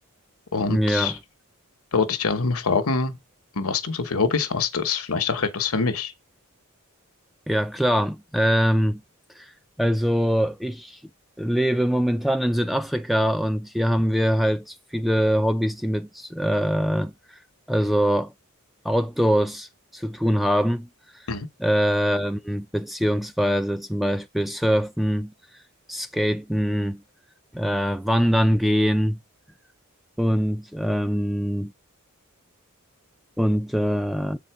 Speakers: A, on the left; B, in the centre.
A: Und
B: Ja,
A: da wollte ich dich einfach mal fragen, was du so für Hobbys hast. Das ist vielleicht auch etwas für mich.
B: ja klar. Ähm, also ich lebe momentan in Südafrika und hier haben wir halt viele Hobbys, die mit äh, also Outdoors zu tun haben,
A: Mhm.
B: ähm, beziehungsweise zum Beispiel Surfen, Skaten, äh, Wandern gehen. und, ähm, und äh,